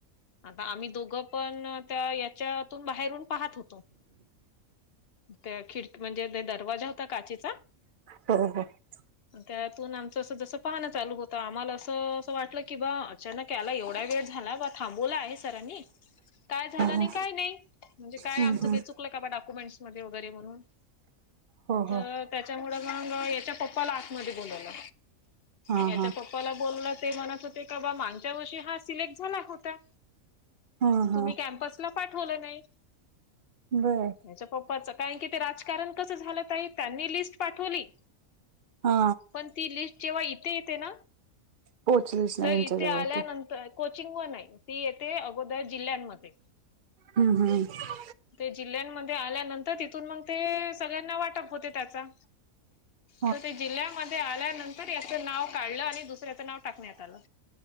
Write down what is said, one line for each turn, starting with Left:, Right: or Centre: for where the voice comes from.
Left: आता आम्ही दोघं पण त्या याच्यातून बाहेरून पाहत होतो. त्या खिडकी म्हणजे ते दरवाजा होता काचेचा.
Right: हो हो हो
Left: त्यातून आमचं असं जसं पाहणं चालू होतं आम्हाला असं असं वाटलं कि बा अचानक याला एवढा वेळ झाला बा थांबवला आहे सरांनी <inaudible> काय झालं नाही
Right: हो
Left: काय नाही म्हणजे काय
Right: हम्म
Left: आमचं
Right: हम्म
Left: काही चुकलं का बा डॉक्युमेंट्स मध्ये वगैरे म्हणून.
Right: हो हो
Left: तर त्याच्यामुळे मग ह्याच्या पप्पाला आतमध्ये बोलावलं
Right: हा
Left: ह्याच्या
Right: हा
Left: पप- मला बोललं ते म्हणत होते का बा मागच्या वर्षी हा सिलेक्ट झाला होता.
Right: हा हा
Left: तुम्ही कॅम्पसला पाठवलं नाही.
Right: बरं
Left: याच्या पप्पाच काय की, ते राजकारण कसं झालं ताई त्यांनी लिस्ट पाठवली.
Right: हा
Left: पण ती लिस्ट जेव्हा येई- ती येते ना
Right: पोहोचलीच नाही
Left: तर
Right: यांच्या
Left: इथे
Right: जवळ
Left: आल्यानंतर.
Right: ती
Left: कोचिंग वन ये ती येते अगोदर जिल्ह्यांमध्ये
Right: हू हू <unintelligible>
Left: ते जिल्ह्यांमध्ये आल्यानंतर तिथून मग ते सगळ्यांना वाटप होते त्याचा.
Right: <unintelligible>
Left: तर ते जिल्ह्यामध्ये आल्यानंतर याचं नाव काढलं आणि दुसऱ्याचं नाव टाकण्यात आलं.